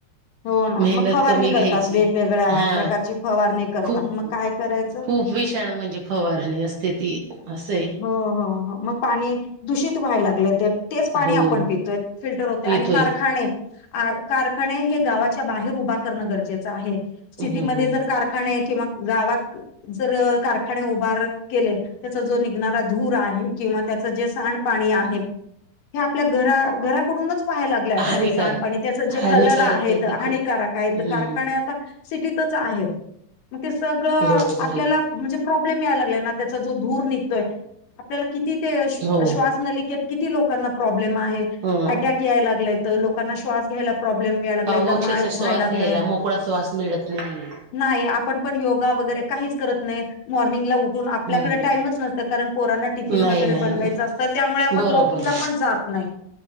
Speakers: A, on the left; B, on the right.
A: हो ना
B: मेहनत
A: मग फवारणी
B: कमी
A: करतात
B: घ्यायची
A: वेगवेगळ्या
B: हा
A: प्रकारची फवारणी करतात
B: खूप
A: मग काय करायचं
B: खूप! विषाणू म्हणजे फवारणी असते ती असे.
A: हो हो हो मग पाणी दूषित व्हायला लागलं ते. तेच पाणी
B: हो
A: आपण पितोय फिल्टर होते
B: पितोय
A: आणि कारखाने. कारखाने हे गावाच्या बाहेर उभा करणं गरजेचं आहे
B: हम्म
A: सिटीमध्ये जर कार! ा किंवा गावात जर कारखाने उभार केले त्याचा जो धू आहे किंवा त्याच जे सांड पाणी आहे आपल्या घ घराकडून व्हायला लागल्या
B: हानिकारक
A: ते सांडपाणी त्याचे जे
B: हानिकारक
A: कलर आहेत.
B: आहे
A: हानिकारक
B: ते खूप
A: आहेत
B: हम्म
A: कारखान्यात! आ सिटीतच आहेतग ते सगळं
B: बरोबर
A: आपल्याला!
B: आहे
A: म्हणजे प्रॉब्लेम यायला लागलाय ना त्याचा जो धूर निघतोय आपल्याला किती ते श्वास
B: हो
A: नलिकेत! किती लोकांना प्रॉब्लेम आहे
B: हं
A: अटॅक याला लाग लोकांना श्वास घ्यायला. प्रॉब्लेम याय लागले
B: अहो
A: दमा
B: अक्षरशः
A: व्हाय
B: श्वास
A: लागलाय.
B: घ्यायला मोकळा श्वास मिळत नाहीये
A: नाही आपण पण योगा वगैरे काहीच करत नाही मॉर्निंगला उठून आपल्याकडे
B: हम्म
A: टाईमच नस. कारण पोरांना टिफिन
B: नाही
A: वगैरे
B: नाही
A: बनवायचं
B: नाही
A: असतं त्यामुळे आपण
B: बरोबर
A: वॉकिंगला पण जात नाही.